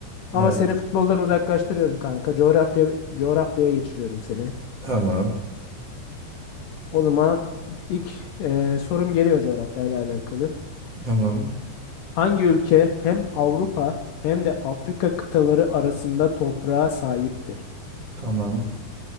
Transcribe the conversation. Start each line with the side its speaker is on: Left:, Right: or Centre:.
Right: Evet.
Left: Ama seni futboldan uzaklaştırıyorum kanka. Coğrafya coğrafyaya geçiriyorum seni.
Right: Tamam.
Left: O zaman ilk e, sorum geliyor coğrafyayla alakalı.
Right: Tamam.
Left: Hangi ülke hem Avrupa hem de Afrika kıtaları arasında toprağa sahiptir?
Right: Tamam.